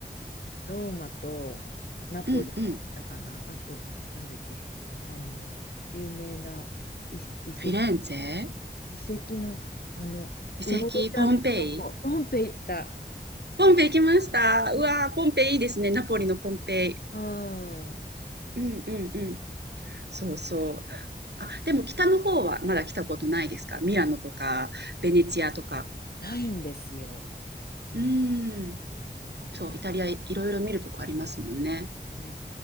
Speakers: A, on the left; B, on the right.
A: ローマとナポリに行ったかな。
B: うん、うん。
A: あと、なんだっけ、あの、有名な遺、遺跡。
B: フィレンツェ
A: 遺跡の、あの、
B: 遺跡ポンペイ
A: 埋もれちゃったとこ、ポンペイ行った。
B: ポンペイ行きました。
A: うん。
B: うわー、ポンペイいいですね。ナポリのポンペイ。
A: うんそうそう。
B: うんうんうん。そうそう。あ、でも北の方はまだ来たことないですかミラノとか、ベネチアとか。
A: ないんですよ。うん。
B: うん。
A: うん
B: そう、イタリアいろいろ見るとこありますもんね。
A: え